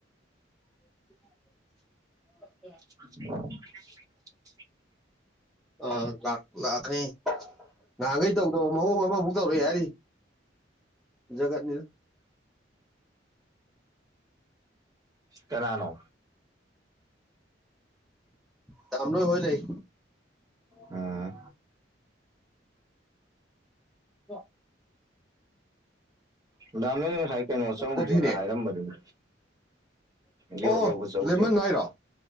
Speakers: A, in the centre; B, on the right.
A: <unintelligible>
B: <unintelligible>
A: ꯑ ꯂꯥꯛ ꯂꯥꯛꯈꯅꯤ ꯉꯍꯥꯟꯈꯩ ꯇꯧꯗ ꯃꯑꯣꯡ ꯑꯃꯃꯨꯛ ꯇꯧꯔꯛꯑꯦ ꯍꯥꯏꯔꯤ ꯒꯠꯅꯤ
B: ꯀꯅꯥꯅꯣ
A: ꯇꯂꯣꯏ ꯍꯣꯏ ꯂꯩ
B: ꯎꯝ
A: ꯑꯣ
B: ꯗꯥꯝ ꯅꯪ ꯉꯁꯥꯏ ꯀꯩꯅꯣ ꯆꯧꯒꯦꯅ
A: ꯀꯣꯐꯤꯅꯦ
B: ꯍꯥꯏꯔꯝꯕꯗꯨꯅꯤ ꯌꯣꯠ
A: ꯑꯣ
B: ꯂꯧꯕ ꯆꯧꯁꯦꯅ
A: ꯂꯦꯃꯟ ꯍꯥꯏꯔꯣ